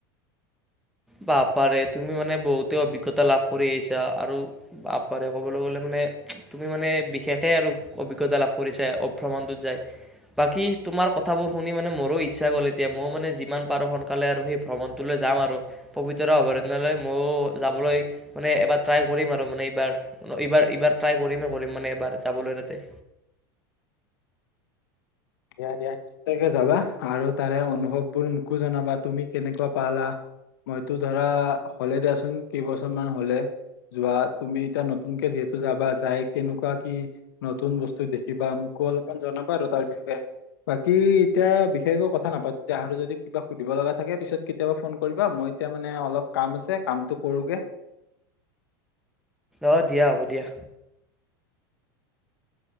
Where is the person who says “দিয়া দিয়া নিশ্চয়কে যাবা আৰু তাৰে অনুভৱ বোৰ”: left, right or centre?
Left